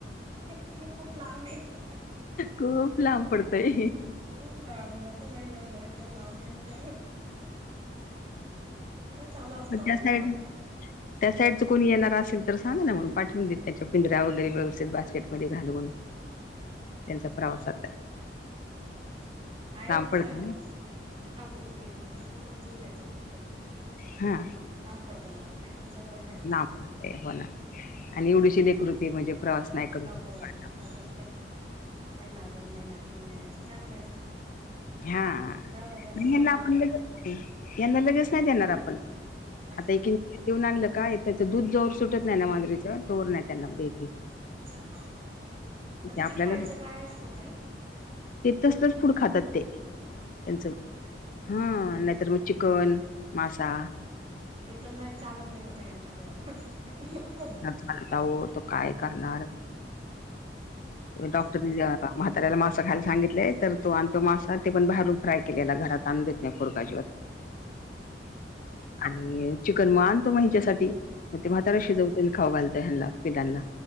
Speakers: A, on the right; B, on the left.
A: तुम्ही खूप लांब आहे,
B: खूप लांब पडतय.
A: खूप. लांब नको बाई म्हंटल, एवढं लांब येण -जाण घेऊनच आलो असतो आम्ही
B: त्या साईड.
A: मागून.
B: त्या साईडच कोणी येणार असेल तर सांगा ना मग पाठवून देत त्याच्या पिंजरा वगैरे व्यवस्थित बास्केटमध्ये घालून त्यांचा प्रवासात
A: आहे
B: लांब
A: आमचं.
B: पडत ना
A: मोठा ग्रुप ये म्हणजे पूर्ण जिल्ह्याचा ग्रुप ये तो
B: हा
A: आम पडत नाव ताई जवळ राहिला अस
B: लांब
A: गोष्ट
B: पडतय
A: वेगळीय
B: हो ना. आणि
A: <unintelligible>
B: एवढीशी लेकरू ती म्हणजे प्रवास
A: हा
B: नाही करू
A: नको
B: शकत
A: मग. आता प्रत्येक जण महिना दोन महिना तीन महिन्याचे चांगले असतात.
B: हा
A: पण जाऊ द्या त्यांना
B: म
A: सांभाळणं
B: ह्याला आपण ल यंदा लगेच नाय देणार आपण,
A: नाही
B: आता
A: का
B: एक एक देऊन आणलं का ये त्याचं दूध जोवर सुटत नाय ना मांजरीचं तोवर नाय त्यांना देत.
A: अच्छा हा हा हा मग
B: ते
A: तिच्या
B: आपल्याला
A: खायचं काय असतं हो ताई?
B: ते तसलंच फूड खातात ते त्यांचं हा नायतर मग चिकन, मासा
A: ते तर नाय चालत नाय ना ताई आमच्या घरात नको मग.
B: मला तर आवडतं काय करणार
A: यांना
B: डॉक्टर
A: चालत
B: ने म्हाताऱ्याला मासा खायला सांगितलंय तर तो आणतो मासा ते पण बाहेरून फ्राय केलेला घरात आणून देत नाही पोरगा अजिबात.
A: <unintelligible> <inaudible>
B: आणि चिकन म आणतो मग हिच्यासाठी मग ते म्हातारा शिजवते आणि खाऊ घालताय ह्यांनला पिलांना.